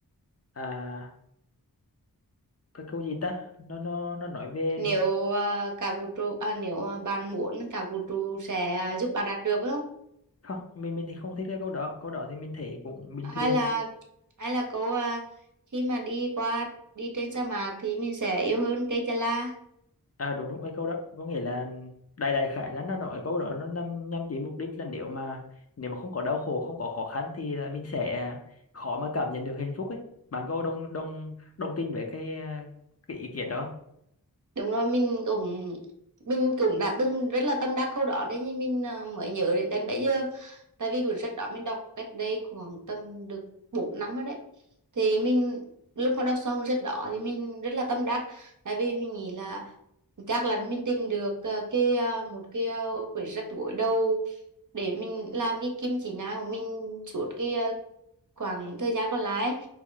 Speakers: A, on the left; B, on the right.
A: à, cái câu gì ta nó nó nó nói về
B: nếu à, cả vũ trụ à, nếu à, bạn muốn cả vũ trụ sẽ giúp bạn đạt được phải không
A: không mình mình thì không thích cái câu đó câu đó thì mình thấy cũng bình
B: hay
A: thường
B: là hay là cô à, khi mà đi qua đi trên sa mạc thì mình sẽ yêu hơn cây chà la
A: à đúng đúng cái câu đó có nghĩa là đại đại khái là nó nói câu đó nó nhằm nhằm chỉ mục đích là nếu mà nếu mà không có đau khổ không có khó khăn thì là mình sẽ khó mà cảm nhận được hạnh phúc ấy bạn có đồng đồng đồng tin với cái à, cái ý kiến đó không?
B: Đúng rồi, mình cũng mình cũng đã từng rất là tâm đắc câu đó đấy nhưng mình à, mới nhớ đến đến bây giờ. Tại vì cuốn sách đó mình đọc cách đây khoảng tầm được 4 năm rồi đấy. Thì mình lúc mà đọc xong cuốn sách đó thì mình rất là tâm đắc. Tại vì mình nghĩ là chắc là mình tìm được à, cái à, một cái à, quyển sách gối đầu để mình làm cái kim chỉ nam của mình suốt cái ờ, khoảng thời gian còn lại ấy,